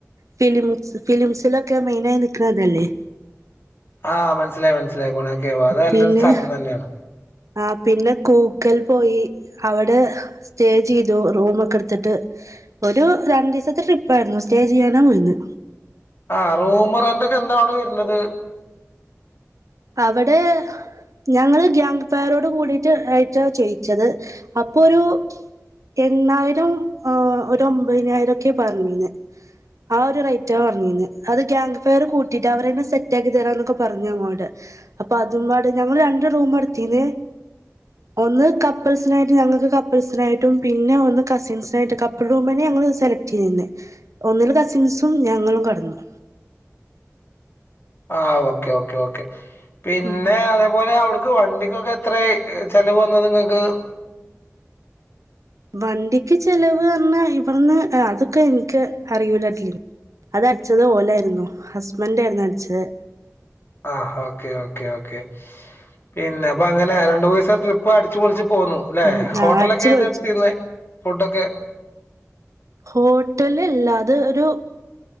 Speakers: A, on the right; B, on the left.
A: ഫിലിംസ് ഫിലിംസിലൊക്കെ മെയ്നായി നിക്കണതെല്ലേ
B: ആഹ് മനസ്സിലായി മനസ്സിലായി ഗുണക്കെവ അത് നല്ലൊരു
A: പിന്നെ
B: സ്ഥലം തന്നെയാണ്
A: ആ പിന്നെ കൂക്കൽ പോയി അവിടെ സ്റ്റേ ചെയ്തു റൂമൊക്കെ എടുത്തിട്ട് ഒരു രണ്ടിസത്തെ ട്രിപ്പായിരുന്നു സ്റ്റേ ചെയാന്നെപ്പോയത്
B: ആ റൂമ് റെന്റ് ഒക്കെ എന്താ അവിടെ വരുന്നത്
A: ഇവടെ ഞങ്ങള് ഗ്യാങ്ഫയറോട്കൂടിട്ട് ആയിട്ടാ ചെയ്യിച്ചത് അപ്പൊരൂ എണ്ണായിരം ആഹ് ഒരു ഒമ്പയ്നായിരൊക്കെ പറഞ്ഞിന്നെ ആ ഒരു റൈറ്റാ പറഞ്ഞിന്ന് അത് ഗ്യാങ്ഫയറ് കൂട്ടിട്ട് അവരയ്മെ സെറ്റാക്കി തരാന്നൊക്കെ പറഞ്ഞങ്ങോട് അപ്പം അതുംപാട് ഞങ്ങള് രണ്ട്റൂമ എടുത്തീന്ന് ഒന്ന് കപ്പിൾസിനായിട്ട് ഞങ്ങക്ക് കപ്പിൾസിനായിട്ടും പിന്നെ ഒന്ന് കസിൻസായിട്ട് കപ്പിൾ റൂമന്നേ ഞങ്ങള് സെലക്റ്റെയ്യ്ന്നെ ഒന്നില് കസിൻസും ഞങ്ങളും കെടന്നു
B: ആ ഓക്കെ ഓക്കെ ഓക്കെ പിന്നെ
A: ഉം
B: അതേപോലെ അവ ക്ക് വണ്ടിക്കൊക്കെ എത്രയ് ചെലവ് വന്ന് നിങ്ങക്ക്
A: വണ്ടിക്ക് ചെലവ് പറഞ്ഞാ ഇവട്ന്ന് ഏഹ് അതൊക്കെ എൻക്ക് അറിയൂലാക്ക്‌ അതടിച്ചത് ഓലായിരുന്നു ഹസ്ബന്റായിരുന്നു അടിച്ചത്
B: ആ ഓക്കേ ഓക്കേ ഓക്കേ പിന്നെ അപ്പൊ അങ്ങനെ രണ്ട്മൂനീസം ട്രിപ്പ് അടിച്ച്പൊളിച്ച് പോന്നു ലെ
A: ഉം
B: ഹോട്ടലൊക്കെ
A: ആ അടിച്ചു
B: ഏതെടുത്തിന്നെ
A: പൊളിച്ചു
B: ഫുഡൊക്കെ
A: ഹോട്ടലല്ല അത് ഒരു